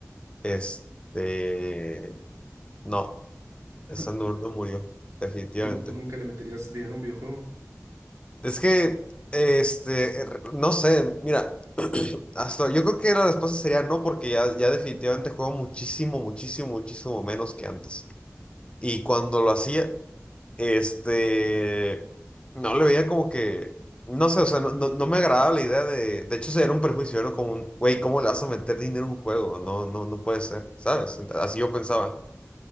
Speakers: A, on the left; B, on the right.
A: Este, no, esa
B: <laughs>
A: no, no murió, definitivamente.
B: ¿Tú, tú nunca le meterías dinero a un videojuego?
A: Es que, este, er, no sé, mira, <clears throat> hasta yo creo que la respuesta sería no, porque ya, ya definitivamente juego muchísimo, muchísimo, muchísimo menos que antes. Y cuando lo hacía Este, no le veía como que, no sé, o sea, no, no, no me agradaba la idea de, de hecho, sería un perjuicio, era como un, güey, ¿cómo le vas a meter dinero a un juego? No, no, no puede ser, ¿sabes? Ent- Así yo pensaba.